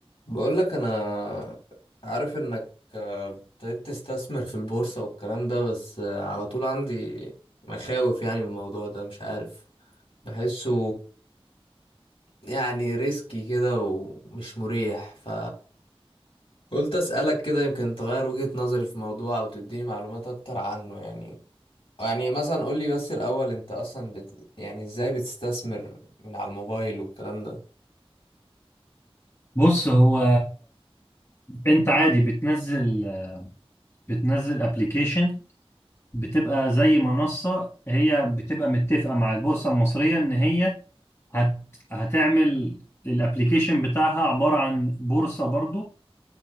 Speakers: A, on the left; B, on the left.
A: بقول لك انا عارف انك آه، ابتديت تستثمر في البورصة والكلام ده بس آه، على طول عندي مخاوف يعني من الموضوع ده مش عارف بحسه يعني ريسكي كده ومش مريح ف قلت اسألك كده يمكن تغير وجهة نظري في موضوع او تديني معلومات اكتر عنه يعني يعني مثلا قولي بس الاول انت اصلا بت... يعني ازاي بتستثمر من على الموبايل والكلام ده
B: بص هو انت عادي بتنزل بتنزل ابلكيشن بتبقى زي منصة هي بتبقى متفقة مع البورصة المصرية ان هي هت... هتعمل الابلكيشن بتاعها عبارة عن بورصة برضو